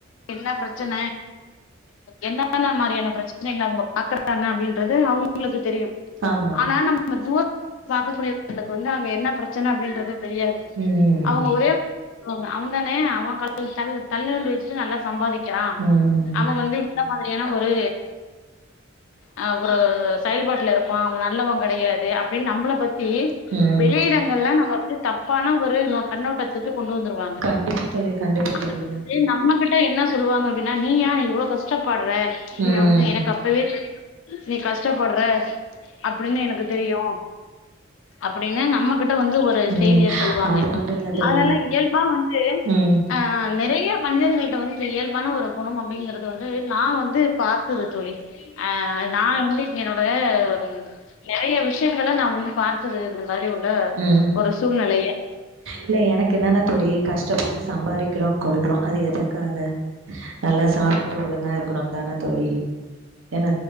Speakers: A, on the left; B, on the right.
A: என்ன பிரச்சன என்னன்ன மாரியான பிரச்சனைகள அவங்க பாக்குறாங்க அப்டின்றது அவங்களுக்கு தெரியும்
B: ஆமா.
A: ஆனா நம்ம தூ பாக்கக்கூடியவங்களுக்கு வந்து அங்க என்ன பிரச்சன அப்படின்றது தெரியாது
B: ம்,
A: அவங்க ஒரே அவன் தானே அவ <inaudible> தள்ளு வண்டி வச்சுட்டு நல்லா சம்பாதிக்கிறா
B: ம்,
A: அவெ வந்து பையனா ஒரு அ ஒரு செயல்பாட்டுல இருப்பா அவெ நல்லவெ கெடையாது து அப்டின்னு நம்மள பத்தி
B: ம்.
A: வெளியிடங்கள்ல நம்ம வந்து தப்பான ஒரு நோக் கண்ணோட் த்துக்கு கொண்டு வந்துருவாங்க
B: கண்டிப்பா தோழி, கண்டிப்பா
A: அனால
B: தோழி. ந
A: வந்து நம்ம மல்ட்ட என்ன சொல்லுவாங்க அப்டினா நீ ஏ இவ்ளோ கஷ் கஷ்டப்பட்ற
B: ம்,
A: வந்து எனக்கு அப்பவே <inaudible> நீ கஷ்டப்பட்ற அப்டினு எனக்கு தெரியு அப்டின் ன்னு நம்மகிட்ட வந்து ஒரு
B: ம்.
A: செய்திய சொல்லுவாங்க
B: அது மட்டும் இல்ல தோழி.
A: அதனால இயல்பா வந்து
B: ம்,
A: ஆ நெறைய மனிதர்களிட்ட வந்து இந்த இயல்பான ஒரு குணம் அப்டிங்கறது வந்து நா வந்து பாத்தது தோழி அ நா வந்து என்னோட ம் நறைய விஷ்யங்கள நா வந்து பார்த்தது இல்ல முன்னாடி உள்ள
B: ம்.
A: ஒரு சூழ்நிலைய
B: இல்ல எனக்கு என்னன்னா தோழி கஷ்டப்பட்டு சம்பாரிக் க்றோ கொள்றோ அது எதக்காக நல்லா சாப்ட்டுட்டு ஒழுங்கா இருக்கணுன் தான தோழி என்ன